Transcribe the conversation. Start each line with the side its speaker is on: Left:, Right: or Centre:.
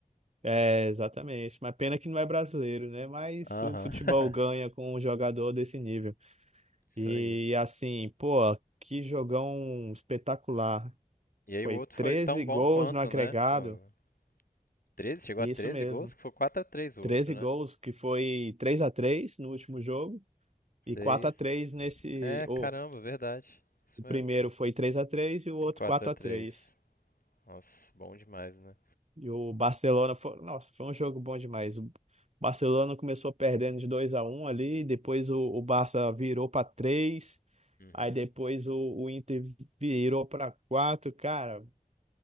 Right: É, exatamente. Mas pena que não é brasileiro, né? Mas
Left: Aham,
Right: o futebol
Left: <laughs>
Right: ganha com um jogador desse nível.
Left: isso
Right: E
Left: aí.
Right: assim, pô, que jogão espetacular.
Left: E aí
Right: Foi
Left: o outro
Right: 13
Left: foi tão bom
Right: gols
Left: quanto,
Right: no agregado.
Left: né? O 13, chegou
Right: Isso
Left: a treze
Right: mesmo.
Left: gols, que foi quatro a três o
Right: treze
Left: outro, né?
Right: gols, que foi 3 a 3 no último jogo
Left: 6.
Right: e 4 a 3 nesse,
Left: É,
Right: ou,
Left: caramba, verdade. Isso
Right: o
Left: mesmo.
Right: primeiro foi 3 a três e o outro
Left: E quatro
Right: quatro
Left: a três.
Right: a três
Left: Nossa, bom demais, né?
Right: E o Barcelona foi, nossa, foi um jogo bom demais. O Barcelona começou perdendo de 2 a um ali, depois o, o Barça virou para três
Left: Uhum.
Right: aí depois o, o Inter virou para quatro cara.